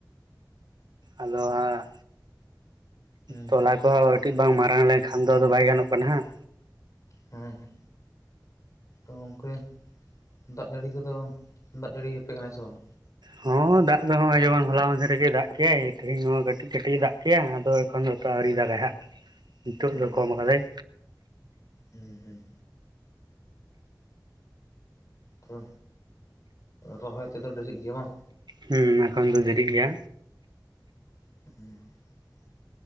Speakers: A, on the right; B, on the left.
A: ᱟᱫᱚ ᱦᱟᱸᱜ
B: ᱦᱩᱸ
A: ᱛᱚᱞᱟ ᱠᱚᱦᱚᱸ ᱠᱟᱹᱴᱤᱡ ᱵᱟᱝ ᱢᱟᱨᱟᱝ ᱞᱮᱱ ᱠᱷᱟᱱ ᱫᱚ ᱟᱫᱚ ᱵᱟᱭ ᱜᱟᱱᱚᱜ ᱠᱟᱱᱟ ᱦᱟᱸᱜ
B: ᱦᱩᱸ ᱦᱩᱸ ᱜᱚᱝᱠᱮ ᱫᱟᱜ ᱡᱟᱹᱲᱤ ᱠᱚᱫᱚ ᱫᱟᱜ ᱡᱟᱹᱲᱤ ᱟᱯᱮ ᱠᱟᱱᱟᱭ ᱥᱮ ᱵᱟᱝ
A: ᱦᱚᱸ ᱫᱟᱜ ᱫᱚ ᱱᱚᱜᱼᱚᱭ ᱡᱮᱢᱚᱱ ᱦᱚᱞᱟ ᱢᱟᱫᱷᱮᱮᱨ ᱜᱮᱭ ᱫᱟᱜ ᱠᱮᱜᱟᱭ ᱛᱮᱦᱮᱧ ᱦᱚᱸ ᱠᱟᱹᱴᱤᱡ ᱠᱟᱹᱴᱤᱡ ᱮ ᱫᱟᱜ ᱠᱮᱭᱟ ᱟᱫᱚᱼᱼ ᱛᱚᱠᱷᱚᱱ ᱫᱚ ᱛᱚ ᱟᱹᱣᱨᱤ ᱫᱟᱜᱟᱭ ᱦᱟᱸᱜ ᱱᱤᱛᱚᱜ
B: ᱚ
A: ᱫᱚ ᱠᱚᱢ ᱟᱠᱟᱫᱟᱭ
B: ᱦᱩᱸ ᱦᱩᱸ ᱛᱚ ᱨᱚᱦᱚᱭ ᱛᱮᱫᱚ ᱰᱮᱨᱤᱜ ᱜᱮᱭᱟ ᱵᱟᱝ
A: ᱦᱮᱸ ᱮᱠᱷᱚᱱ ᱫᱚ ᱫᱮᱨᱤᱜ ᱜᱮᱭᱟ
B: <unintelligible>